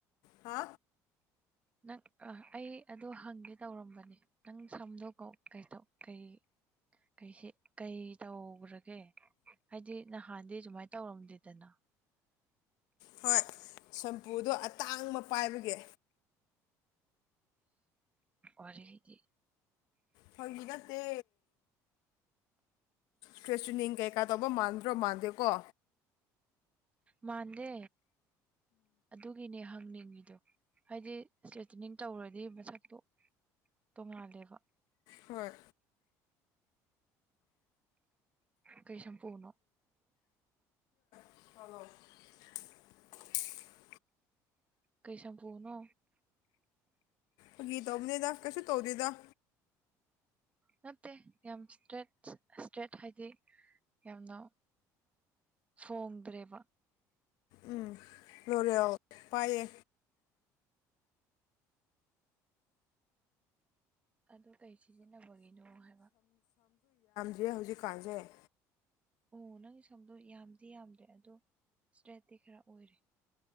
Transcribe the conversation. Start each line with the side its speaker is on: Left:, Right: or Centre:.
Left: ꯍꯥ
Right: ꯅꯪ ꯑꯩ ꯑꯗꯨꯣ ꯍꯪꯒꯦ ꯇꯧꯔꯝꯕꯅꯦ ꯅꯪ ꯁꯝꯗꯣꯀꯣ ꯀꯩꯗꯣ ꯀꯩ ꯀꯩꯁꯤ ꯀꯩ ꯇꯧꯈ꯭ꯔꯒꯦ ꯍꯥꯏꯗꯤ ꯅꯍꯥꯟꯗꯤ ꯁꯨꯃꯥꯏꯅ ꯇꯧꯔꯝꯗꯦꯗꯅ
Left: ꯍꯣꯏ ꯁꯝꯄꯨꯗꯣ ꯑꯇꯥꯡꯕ ꯄꯥꯏꯕꯒꯦ
Right: ꯑꯣꯏꯗꯤ
Left: ꯐꯒꯤꯒꯠꯇ ꯀ꯭ꯔꯦꯁꯨꯅꯤꯀꯩꯀ ꯇꯕꯨ ꯃꯥꯗ꯭ꯔ ꯃꯥꯗꯦꯀ
Right: ꯃꯥꯟꯗꯦ ꯑꯗꯨꯒꯤꯅꯦ ꯍꯪꯅꯤꯡꯉꯤꯗꯣ ꯍꯥꯏꯗꯤ ꯏꯁꯇ꯭ꯔꯦꯇꯤꯅꯤꯡ ꯇꯧꯔꯗꯤ ꯃꯁꯛꯇꯣ ꯇꯣꯉꯗꯦꯕ
Left: ꯍꯣꯏ
Right: ꯀꯩꯁ ꯌꯥꯝ ꯄꯨꯅꯣ
Left: ꯑ
Right: ꯀꯩꯁꯝ ꯄꯨꯅꯣ
Left: ꯐꯅꯤ ꯇꯧꯕꯅꯦꯗ ꯀꯩꯁꯨ ꯇꯧꯔꯤꯗ
Right: ꯅꯠꯇꯦ ꯌꯥꯝ ꯏꯁꯇ꯭ꯔꯦ ꯏꯁꯇ꯭ꯔꯦꯠ ꯍꯥꯏꯗꯤ ꯌꯥꯝꯅ ꯐꯣꯡꯗ꯭ꯔꯦꯕ
Left: ꯎꯝ ꯂꯣꯔꯥꯎ ꯄꯥꯏꯌꯦ
Right: ꯑꯗꯨ ꯀꯩ ꯁꯤꯖꯤꯟꯅꯕꯒꯤꯅꯣ ꯍꯥꯏꯕ
Left: ꯁꯤ ꯍꯧꯖꯤꯛꯀꯥꯟꯁꯦ
Right: ꯑꯣ ꯅꯪꯒꯤ ꯁꯝꯗꯣ ꯌꯥꯝꯗꯤ ꯌꯥꯝꯗ꯭ꯔꯦ ꯑꯗꯣ ꯏꯁꯇ꯭ꯔꯦꯠꯇꯠꯇꯤ ꯈꯔ ꯑꯣꯏꯔꯦ